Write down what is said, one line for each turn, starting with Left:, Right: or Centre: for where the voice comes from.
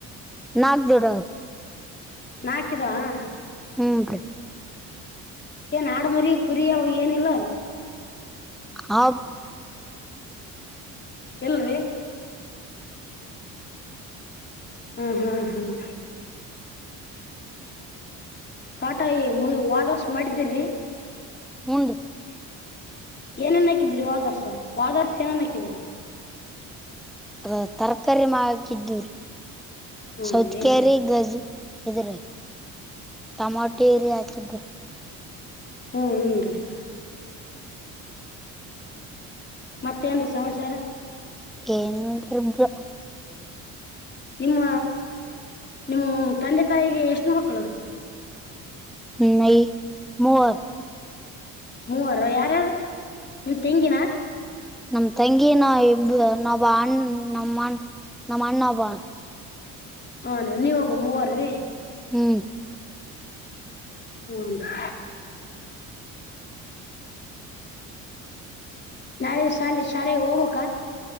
Centre: ನಾಗ ಜೋಡ
Left: ನಾಕಿದವಾ
Centre: ಹ್ಮ್ ಬ್ರೋ
Left: ಏನ್ ಆಾಡ ಮರಿ ಕುರಿವು ಏನಿಲ್ಲ ಅಲ್ಲ
Centre: ಹಾ <inaudible>
Left: ಎಲ್ರಿ ಹ್ಮ್ ಹ್ಮ್ ಹ್ಮ್ ತೋಟ ಈ ವಾದರ್ಸ್ ಮಾಡಿದ್ದಿ ರಿ
Centre: ಹೂ ರಿ
Left: ಏನೇನ್ ಹಾಕಿದ್ರಿ ವಾದರ್ಸ ಹೋದ ಸೇನೆ ಹಾಕಿರಿ
Centre: ಹೂ ತರಕಾರಿ ಮಾಡಕಿದ್ದು
Left: ಹೂನ್ರಿ
Centre: ಸೌತ್ ಕಾರಿ ಗಜ ಇದ್ರೀ ಟಮಾಟೆರಿ ಹಾಕಿದ್ರಿ
Left: ಹ್ಮ ಹನ್ರಿ <unintelligible> ಮತ್ತೇನ್ ಸಮಾಚಾರ
Centre: ಏನಂಗ ಇರ್ಬ್ರ <unintelligible>
Left: ನಿಮ್ಮ ನಿಮ್ಮ ತಂದೆ ತಾಯಿಗೆ ಎಷ್ಟು ಮಕ್ಕಳು
Centre: ನ ಮದ <unintelligible>
Left: ಮೂವರು ಯಾರ್ಯಾರು ನೀವ ತೆಂಗಿನ
Centre: ನಮ ತಂಗಿ ನಾ ಇಬ್ಬ ನ ಅಣ್ಣ ನಮ್ಮ ನಮ್ಮ ಅಣ್ಣ ಬ
Left: ಹನ್ ರಿ ನೀವ ಒಬ್ಬ ಮೂವರರಿ
Centre: ಹ್ಮ್
Left: ಹೂ ರಿ ನಾಳೆ ಶಾಲೆ ಶಾಲೆಗೆ ಹೋಗ್ಬೇಕ